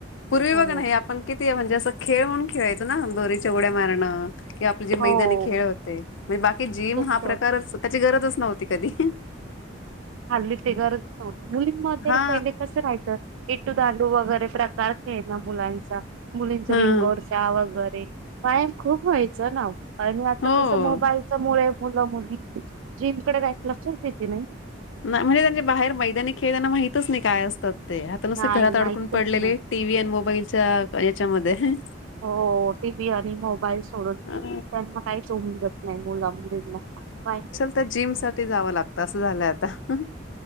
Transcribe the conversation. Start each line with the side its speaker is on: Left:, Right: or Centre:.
Left: पूर्वी
Right: हो
Left: बघा ना हे आपण किती म्हणजे... असं खेळ म्हणून खेळायचो ना, दोरीच्या उड्या मारणं कि आपली जे मैदानी
Right: हो
Left: खेळ होते. म्हणजे बाकी जिम हा
Right: खूप
Left: प्रकारच... त्याची गरजच नव्हती कधी
Right: हाल्ली ती गरजच नव्हती... मुलींमध्ये
Left: हा
Right: पहिले कसं राहायचं.. इटू दांडू वगैरे प्रकार खेळनं मुलांचा... मुलींचा
Left: हा
Right: लिंगोरच्या वगैरे व्यायाम खूप व्हायचा ना ओ... आणि आता
Left: हो
Right: कसं मोबाईलच्या मुळे मुलं मुली जीमकडे काय लक्षच देती नाई
Left: नाई... म्हणजे त्यांचे बाहेर मैदानी खेळ त्यांना माहितच नाई काय असतात ते, आता कसे
Right: नाही
Left: घरात अडकून
Right: माहितच
Left: पडलेले
Right: नाही
Left: टी. व्ही अन मोबाईलच्या याच्यामध्ये... हुं
Right: हो... टी. व्ही आणि मोबाईल सोडून,
Left: हा,
Right: त्यांना काहीच उमजत नाई... मुला मुलींना पाय
Left: तर... जिम साठी जावं लागत, असं झालंय आता, हुं